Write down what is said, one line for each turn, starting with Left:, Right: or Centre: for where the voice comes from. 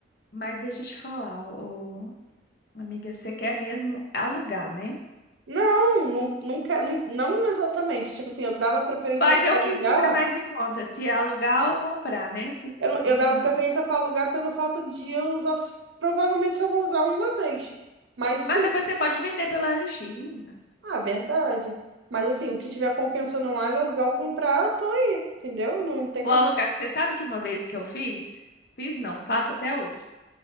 Left: mas deixa eu te falar, ô, amiga, você quer mesmo alugar, né?
Right: Não, não, não, quer- não, não exatamente. Tipo assim, eu dava preferência
Left: Vai
Right: para
Left: ver o
Right: alugar.
Left: que tiver mais em conta, se é alugar ou comprar, né? Se-
Right: Eu, não- eu
Left: Entendi.
Right: dava preferência para alugar pelo fato de eu usar. s- Provavelmente só vou usar uma vez. Mas sim,
Left: Mas depois você pode vender pela LX, menina.
Right: ah, verdade. Mas assim, o que tiver compensando mais alugar ou comprar, eu tô aí, entendeu? Não tenho.
Left: Ou alugar,
Right: essa-
Left: que você sabe que uma vez que eu fiz, fiz não, faço até hoje.